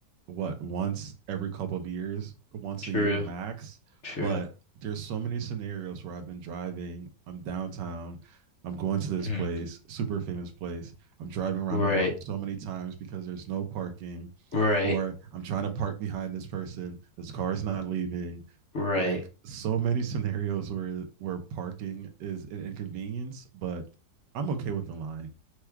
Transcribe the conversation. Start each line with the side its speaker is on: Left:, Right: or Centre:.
Right: what once every couple of years, once
Left: True,
Right: a year max.
Left: true.
Right: But there's so many scenarios where I've been driving, I'm downtown, I'm going to this
Left: Mhm.
Right: place, super famous place. I'm driving around
Left: Right,
Right: the block so many times because there's no parking,
Left: right,
Right: or I'm trying to park behind this person, this car is not leaving.
Left: right.
Right: Like so many scenarios where where parking is an inconvenience, but I'm okay with the line.